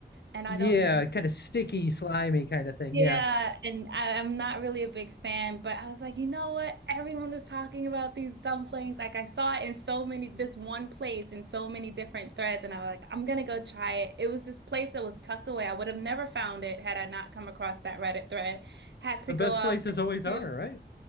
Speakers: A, on the right; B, on the left.
A: and I
B: Yeah,
A: don't usually
B: kind of sticky, slimy kind of thing.
A: Yeah,
B: Yeah.
A: and I, I'm not really a big fan, but I was like, you know what? Everyone is talking about these dumplings. Like I saw it in so many this one place in so many different threads, and I was like, I'm gonna go try it. It was this place that was tucked away. I would have never found it had I not come across that Reddit thread. Had to
B: The best
A: go up
B: places
A: like,
B: always
A: a few
B: are, right?